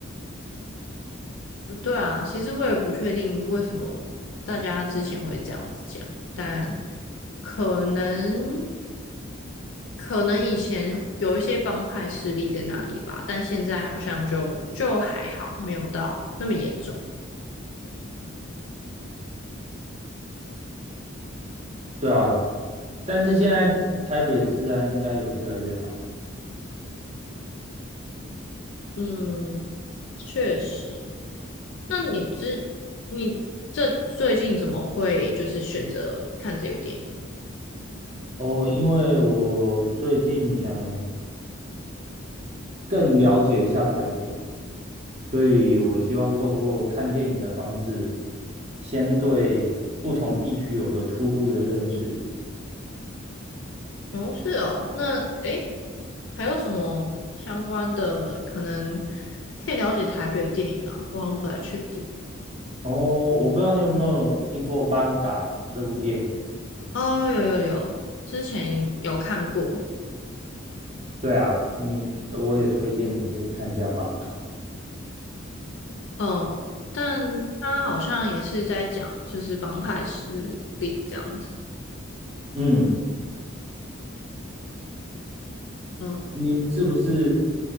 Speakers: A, on the left; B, on the right.
A: 对啊，其实我也不确定为什么大家之前会这样子讲，但可能可能以前有一些帮派势力在那里吧，但现在好像就就还好，没有到那么严重。
B: 对啊，但是现在台北治安应该有越来越好
A: 嗯，确实。那你之你这最近怎么会就是选择看这部电影？
B: 哦，因为我最近想更了解一下台北。所以我希望透过看电影的方式，先对不同地区有个初步的认识。
A: 哦，是哦，那诶，还有什么相关的可能可以了解台北的电影吗？我好像不太确定。
B: 哦，我不知道你有没有听过《邦嘎》这部电影？
A: 哦，有有有，之前有看过，
B: 对啊，你我也推荐你可以看一下《邦嘎》。
A: 嗯，但他好像也是在讲就是帮派势力这样子，
B: 嗯，
A: 嗯，
B: 你是不是